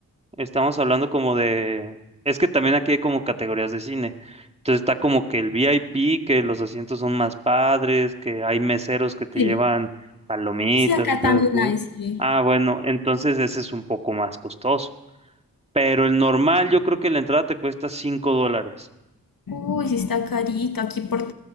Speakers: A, on the right; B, on the left.
A: estamos hablando como de, es que también aquí hay como categorías de cine. Entonces está como que el VIP, que los asientos son más padres, que hay meseros que te
B: Sí,
A: llevan palomitas
B: sí, acá
A: y cosas
B: también
A: así.
B: hay, sí.
A: Ah, bueno, entonces ese es un poco más costoso. Pero el normal, yo creo que la entrada te cuesta 5 dólares.
B: Uy, sí está carito, aquí por